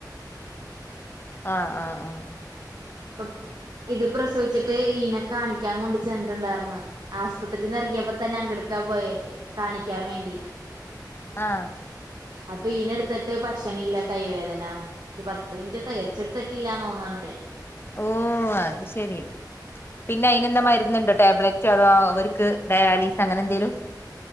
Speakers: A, on the left (about 30°); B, on the right (about 60°).
A: ആഹ ആഹ ആഹ ആഹ
B: അ ഇത് പ്രസവിച്ചി ട്ട് ഇയ്നെ കാണിക്കാൻ കൊണ്ട് ചെന്നിട്ടുണ്ടായിന്ന് ആസ്പത്രിന്ന് എറങ്ങിയപ്പോ തന്നെ അങ്കെടുക്കാ പോയെ കാണിക്കാൻ വേണ്ടി
A: ആഹ്
B: അപ്പൊ ഇയ്നെ എട്ത്തി ട്ട് ഭക്ഷണ ഇല്ല കൈവേദന പത്ത് മിനിറ്റ് തെകച്ചെടുത്തിട്ടില്ലാന്ന് തോന്നണ്ട്
A: ഓ അത് ശെരി പിന്നെ അയിനെന്താ മരുരുന്നുണ്ട ടാബ്ലറ്റ് അതോ അവർക്ക് ഡയാലിസ് അങ്ങനെ എന്തേിലും